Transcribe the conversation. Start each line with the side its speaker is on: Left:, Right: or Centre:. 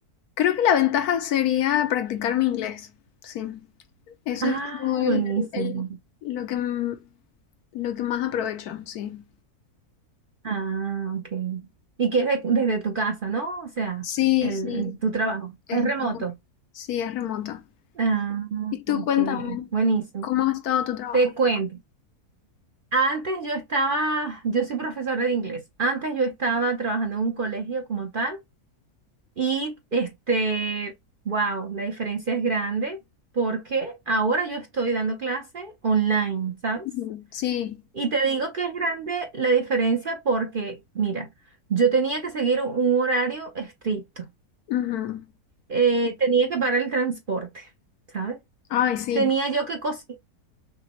Left: Creo que la ventaja sería practicar mi inglés, sí. Eso
Right: Ah,
Left: es como el-
Right: buenísimo.
Left: el- lo que, m- lo que más aprovecho, sí.
Right: Ah, ok. Y que es de- desde tu casa, ¿no? O sea,
Left: Sí,
Right: el,
Left: sí,
Right: el- tu trabajo
Left: es
Right: es
Left: lo
Right: remoto.
Left: mejor. Sí, es remota.
Right: Ah,
Left: Y tú
Right: ok,
Left: cuéntame,
Right: buenísimo.
Left: ¿cómo ha estado tu trabajo?
Right: Te cuento. Antes yo estaba, yo soy profesora de inglés. Antes yo estaba trabajando en un colegio como tal y este, wow, la diferencia es grande porque ahora yo estoy dando clase online, ¿sabes?
Left: Ujú, Sí.
Right: Y te digo que es grande la diferencia porque, mira, yo tenía que seguir un un horario estricto.
Left: ujú.
Right: Eh, tenía que parar el transporte, ¿sabes?
Left: Ay, sí.
Right: Tenía yo que cocinar,